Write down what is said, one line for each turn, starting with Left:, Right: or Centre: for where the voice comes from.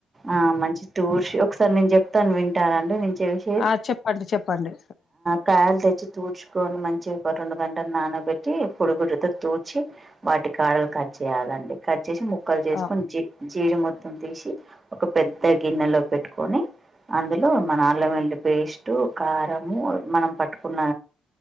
Right: ఆ మంచి టూర్స్ ఒకసారి నేను చెప్తాను వింటారండి నేను చేసి
Left: ఆ చెప్పండి చెప్పండి
Right: కాయలు తెచ్చి తూడ్చుకొని మంచి ఒక రెండు గంటలు నానబెట్టి పొడిగుడ్డతో తూడ్చి వాటి కాడలు కట్ చేయ్యాలండి కట్ చేసి ముక్కలు చేసుకొని
Left: ఆ
Right: జి జీడి మొత్తం తీసి ఒక పెద్ద గిన్నెలో పెట్టుకొని అందులో మన అల్లం వెల్లుల్లి పేస్టు కారము మనం పట్టుకున్న